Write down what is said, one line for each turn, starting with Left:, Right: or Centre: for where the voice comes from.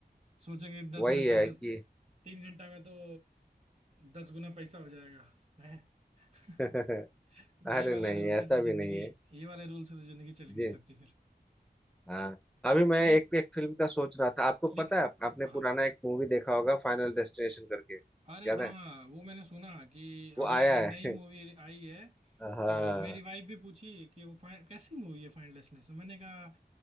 Right: सोचेंगे दस
Centre: वही
Right: मिनट
Centre: है
Right: का दस
Centre: कि
Right: तीन घंटा में तो दस गुना पैसा हो जाएगा है <laughs>
Centre: <laughs> अरे
Right: ये वाले
Centre: नहीं
Right: रूल से
Centre: ऐसा
Right: तो जिंदगी
Centre: भी नहीं है
Right: ये वाले रूल से तो जिंदगी चल ही नहीं
Centre: जी
Right: सकती फिर
Centre: हाँ अभी मैं
Right: नहीं
Centre: एक एक फिल्म का सोच रहा था आपको
Right: लेकिन
Centre: पता है आपने
Right: हाँ
Centre: पुराना
Right: बताओ
Centre: एक मूवी देखा होगा फाइनल डेस्टिनेशन करके
Right: अरे
Centre: याद
Right: हाँ
Centre: है
Right: वो मैंने सुना कि
Centre: वो
Right: अभी
Centre: आया
Right: एक नई
Centre: है
Right: मूवी आई है
Centre: हाँ
Right: तो मेरी वाइफ भी पूछी कि वो फाइन, कैसी मूवी है फाइनल डेस्टिनेशन मैंने कहा